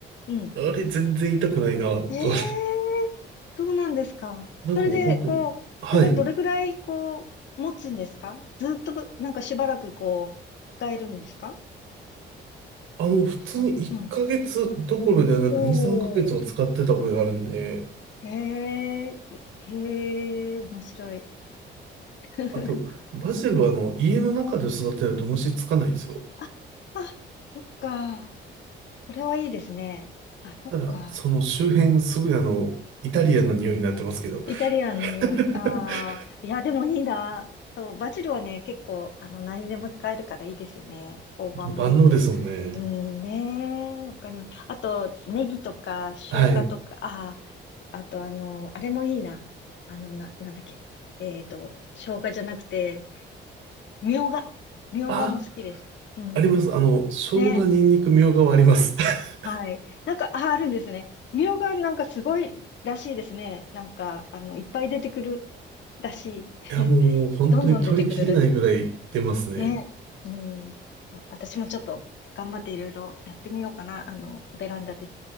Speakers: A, on the left; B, on the right.
A: うん。
B: あれ全然痛くないな、
A: ええそうなんですか。
B: と。<laughs> なんかもう本当に、
A: それで、こう、
B: はい。
A: それどれぐらい、こう、持つんですかずっと、なんかしばらく、こう、使えるんですか
B: あの、普通に1ヶ月どころではなく2、
A: あうん。おー、
B: 3ヶ月は使ってた覚えがあるんで、
A: へえ、いへえ、面白い。<laughs>
B: あと、バジルはあの、家の中で育てると虫つかないですよ。
A: うんあ、あ、そっか。それはいいですね。あ、そっか。
B: ただ、その周辺すぐあの、
A: うん、
B: イタリアンな匂いになってますけど、
A: うん。イタリアンの匂い。
B: <laughs>
A: ああ、いや、でもいいな。そう、バジルはね、結構、あの、何でも使えるからいいですよね。大判もいいけど。
B: 万能ですもんね。
A: うん、ねえ、わかります。あと、ネギとか、生姜とか、
B: はい。
A: ああ、あと、あの、あれもいいな。あの、な、なんだっけ。えっと、生姜じゃなくて、みょうが。みょうがも好きです。
B: あ、
A: うん。
B: あります。あの、生姜、
A: ね、
B: ニンニク、みょうがはあります。<laughs>
A: はい。なんか、あ、あるんですね。みょうがなんかすごいらしいですね。なんか、あの、いっぱい出てくるらしい。<laughs>
B: いや、もう本当に取りきれないぐらい出ますね。
A: どんどん出てくるらしい。ね。うん。私もちょっと頑張っていろいろやってみようかな。あの、ベランダで